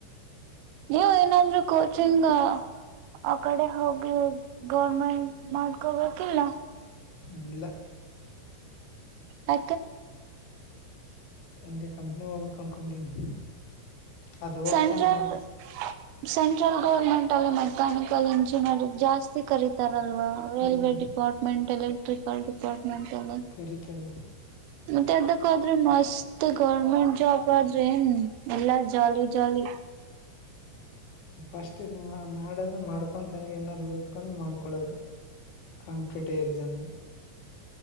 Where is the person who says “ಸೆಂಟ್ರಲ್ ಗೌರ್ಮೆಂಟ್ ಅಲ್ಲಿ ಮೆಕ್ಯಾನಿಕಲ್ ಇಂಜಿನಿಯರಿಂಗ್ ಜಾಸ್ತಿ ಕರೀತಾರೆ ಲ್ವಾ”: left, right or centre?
Right